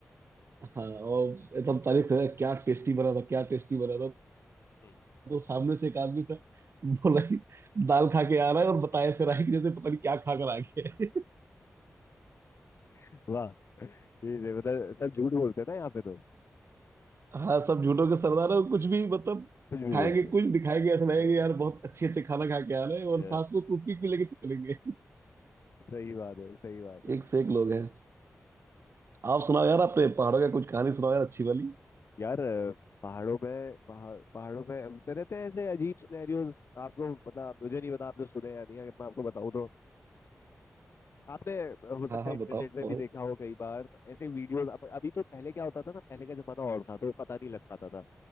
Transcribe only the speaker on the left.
हम्म।
<laughs> वाह ये से मतलब सब झूठ बोलते हैं ना यहाँ पे तो
कुछ भी
बोलते
हैं
अ,
अ,
सही बात है सही बात है
यार अ, पहाड़ों में पहाड़ पहाड़ों में होते रहते हैं ऐसे अजीब सिनेरियोज आपको मतलब मुझे नहीं पता आपने सुने या नहीं अगर मैं आपको बताऊं तो आपने हो सकता
है इंटरनेट
में
भी देखा हो कई बार ऐसे वीडियोस अब अभी तो पहले क्या होता था ना पहले का जमाना और था तो पता नहीं लग पाता था